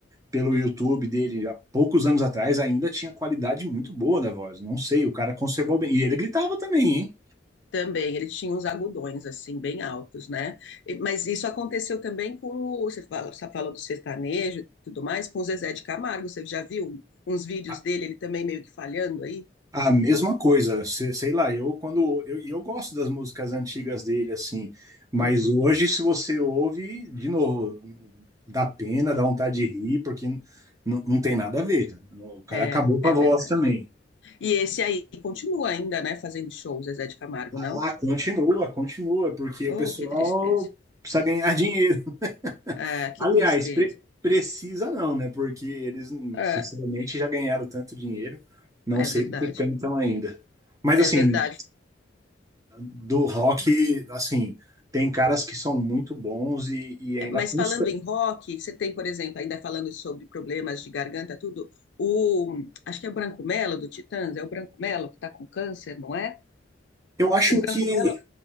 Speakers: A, on the right; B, on the left.
A: pelo YouTube dele há poucos anos atrás ainda tinha qualidade muito boa da voz. Não sei, o cara conservou bem. E ele gritava também, hein?
B: Também, ele tinha uns agudões, assim, bem altos, né? E- Mas isso aconteceu também com o. Você fala, você falou do sertanejo e tudo mais, com o Zezé de Camargo. Você já viu uns vídeos
A: A,
B: dele, ele também meio que falhando aí?
A: a mesma coisa, sei, sei lá, eu quando eu, eu gosto das músicas antigas dele assim, mas
B: Uhum.
A: hoje se você ouve de novo, dá pena, dá vontade de rir, porque n- não tem nada a ver, cara. O cara
B: É,
A: acabou com
B: é
A: a voz
B: verdade.
A: também.
B: E esse aí continua ainda, né, fazendo shows, Zezé de Camargo,
A: Ah,
B: não?
A: continua, continua, porque o
B: Oh,
A: pessoal
B: que tristeza.
A: precisa ganhar dinheiro. <laughs>
B: Ah, que
A: Aliás,
B: tristeza.
A: pre- precisa não, né? Porque eles,
B: É,
A: sinceramente, já ganharam tanto dinheiro. Não
B: é
A: sei
B: verdade.
A: do que cantam ainda. Mas,
B: É
A: assim,
B: verdade.
A: do rock, assim, tem caras que são muito bons e, e ainda
B: Mas
A: custa.
B: falando em rock, você tem, por exemplo, ainda falando sobre problemas de garganta, tudo, o, acho que é o Branco Melo do Titãs, é o Branco Melo que está com câncer, não é?
A: Eu acho
B: O Branco
A: que
B: Melo